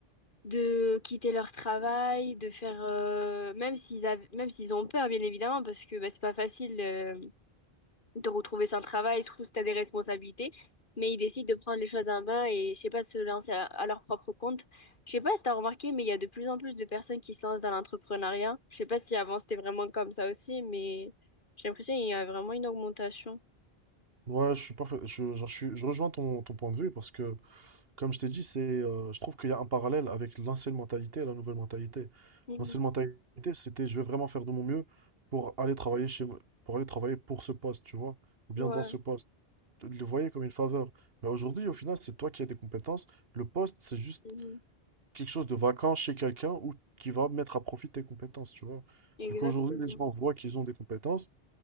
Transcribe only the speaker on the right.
Ouais, je suis parfait. Je, genre, je suis- je rejoins ton, ton point de vue parce que, comme je t'ai dit, c'est, euh, je trouve qu'il y a un parallèle avec l'ancienne mentalité et la nouvelle mentalité.
L'ancienne mentalité, c'était je vais vraiment faire de mon mieux pour aller travailler chez, moi- pour aller travailler pour ce poste, tu vois, ou bien
dans ce poste. Tu Le voyais comme une faveur. Mais aujourd'hui, au final, c'est toi qui as des compétences. Le poste, c'est juste
quelque chose de vacant chez quelqu'un ou qui va mettre à profit tes compétences, tu vois.
Du coup, aujourd'hui, les gens voient qu'ils ont des compétences,